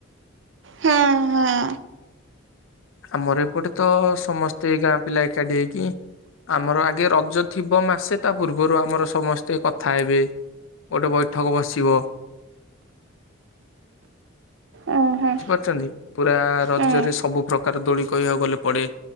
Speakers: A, on the right; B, on the left.
A: ହୁଁ ହୁଁ।
B: ଆମର ଏପଟେ ତ ସମସ୍ତେ ଗାଁ ପିଲା ଏକା ଏକାଠି ହେଇକି ଆମର ଆଗେ ରଜ ଥିବ ମାସେ ତା ପୂର୍ବରୁ ଆମର ସମସ୍ତେ କଥା ହେବେ ଗୋଟେ ବୈଠକ ବସିବ
A: ଉଁ ହୁଁ
B: ବୁଝିପାରୁଛନ୍ତି ପୁରା ରଜରେ
A: ହୁଁ।
B: ସବୁ। ପ୍ରକାର ଦୋଳି କହିବାକୁ ଗଲେ ପଡ଼େ